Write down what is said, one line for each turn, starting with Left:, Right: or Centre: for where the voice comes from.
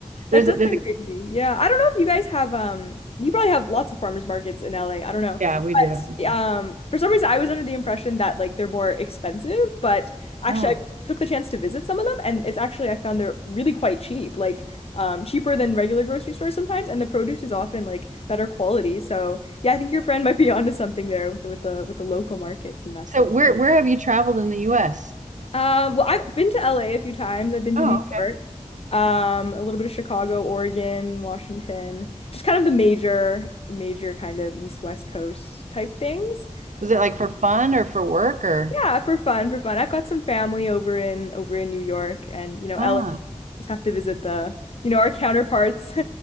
Left: That
Right: there's
Left: does
Right: a, there's
Left: sound
Right: a,
Left: crazy. Yeah. I don't know if you guys have um you probably have lots of farmers markets in LA. I don't know.
Right: yeah, we
Left: But
Right: do. We do.
Left: um for some reason I was under the impression that like they're more expensive, but actually
Right: Oh,
Left: I took the chance to visit some of them and it's actually I found they're really quite cheap, like um cheaper than regular grocery stores sometimes and the produce is often like better quality. So, yeah, I think your friend might be <laughs> onto something there with the, with the with the local markets and that
Right: so
Left: sort
Right: where,
Left: of
Right: where have you traveled in the US?
Left: um, well, I've been to LA a a few times. I've been to
Right: Oh,
Left: New York, um, a little bit of Chicago, Oregon, Washington, just kind of the major, major kind of east west coast type things.
Right: Was it
Left: Uh,
Right: like for fun or for work or?
Left: yeah, for fun, for fun. I've got some family over in over in New York, and you know,
Right: Ah,
Left: LA just have to visit the you know our counterparts <laughs>